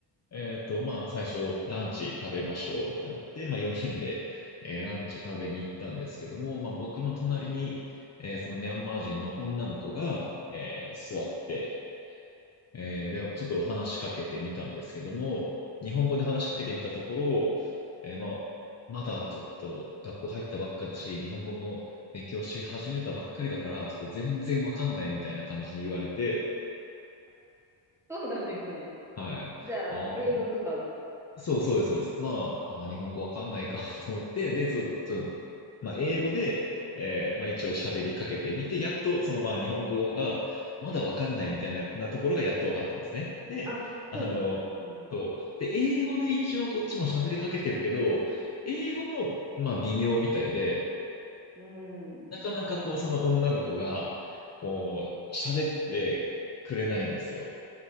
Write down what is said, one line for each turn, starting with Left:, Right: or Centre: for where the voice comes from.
Left: えーっと、まあ、最初、ランチ食べましょうってなって、まあ、4人で、えーランチ食べに行ったんですけども、まあ、僕の隣に、えーそのミャンマー人の女の子が、えー座って、えーで、ちょっと話しかけてみたんですけども、日本語で話しかけてみたところ、えーまあ、まだちょっと学校入ったばっかだし、日本語も勉強し始めたばっかりだから、ちょっと全然わかんないみたいな感じに言われて、
Centre: そうなんですね。
Left: はい。
Centre: じゃあ、
Left: あー
Centre: 英語とか、う
Left: そう、そうです、そうです。まあ、あー、日本語わかんないか
Centre: ん
Left: <laughs> と思って、で、ちょ、ちょ、まあ、英語で、えーまあ、一応喋りかけてみて、やっと、その、まあ、日本語が、まだわかんないみたいな、なところがやっとわかったんですね。で、
Centre: あ、
Left: あの、
Centre: そうなんです。うん。
Left: そう。で、英語で一応こっちも喋りかけてるけど、英語も、まあ、微妙みたいで、
Centre: うん。
Left: なかなかこう、その女の子が、こう、喋ってくれないんですよ。